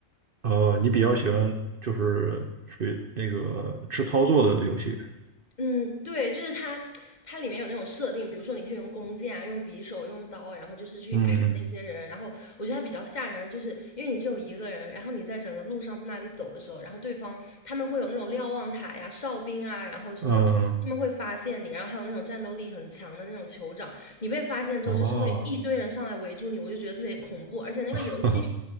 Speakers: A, on the right; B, on the left.
A: 哦，你比较喜欢就是属于那个吃操作的游戏，
B: 嗯，对，就是它，它里面有那种设定，比如说你可以用弓箭啊，用匕首，用刀，然后就是去砍那些人。
A: 嗯
B: 然后我觉得它比较吓人的，就是因为你只有一个人，然后你在整个路上在那里走的时候，然后对方他们会有那种瞭望塔呀、哨兵啊，然后什么的，
A: 嗯嗯，
B: 他们会发现你，然后还有那种战斗力很强的那种酋长，你被发现之后，
A: 哦，
B: 就是会一堆人上来围住你，我就觉得特别恐怖。而且那个游戏
A: <laughs> 呵呵，